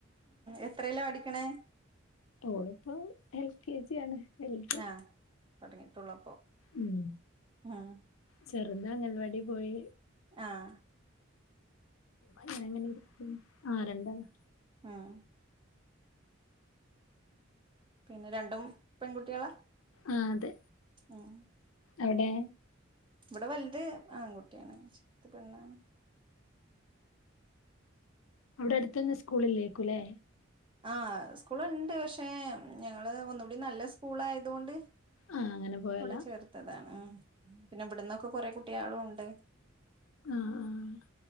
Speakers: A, on the right; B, on the left.
A: എത്രേലാ പഠിക്കണേ.
B: ഓള്പ്പോ എൽ കെ ജി ആണ്. വലുത്.
A: ആഹ് തൊടങ്ങിട്ടൊള്ളപ്പൊ
B: ഉം.
A: ഉം.
B: ചെറുത് അംഗൽവാടി പോയി.
A: ആഹ്.
B: ങ്ങനെ ങ്ങനെ ഇരിക്ക്ണ് ആഹ് രണ്ടാളും.
A: ആഹ്. പിന്നെ രണ്ടും പെൺകുട്ട്യാളാ.
B: ആഹ് അതെ.
A: ഉം.
B: എവ്‌ടെ.
A: ഇവടെ വൽത് ആൺകുട്ട്യാണ് ചെർത് പെണ്ണാണ്.
B: അവ്ടെ അട്ത്തൊന്നും സ്കൂളില്ലേക്കുലേ.
A: ആഹ് സ്കൂള്ണ്ട് പക്ഷെ ഞങ്ങള് ഒന്നുകൂടി നല്ല സ്കൂളായത്കൊണ്ട്.
B: ആ അങ്ങനെ പോയലാ.
A: വ്ടെ ചേർത്തതാണ് ഉം പിന്നെ ഇബട്ന്നൊക്കെ കൊറെ കുട്ട്യാളുംണ്ട്.
B: ആഹ് ആഹ് ആഹ്.